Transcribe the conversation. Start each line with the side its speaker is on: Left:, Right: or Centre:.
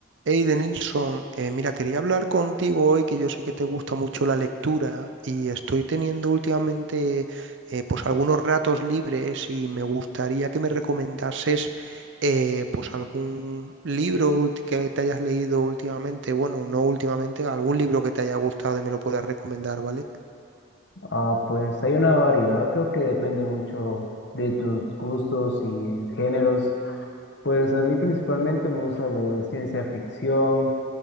Right: Hey, Denilson, eh, mira, quería hablar contigo hoy, que yo sé que te gusta mucho la lectura y estoy teniendo últimamente eh, pues algunos ratos libres y me gustaría que me recomendases eh, pues algún libro ulti- que te hayas leído últimamente, bueno, no últimamente, algún libro que te haya gustado y me lo puedas recomendar, ¿vale?
Left: Ah, pues hay una variedad, creo que depende mucho de tus gustos y géneros. Pues a mí principalmente me gusta leer ciencia ficción,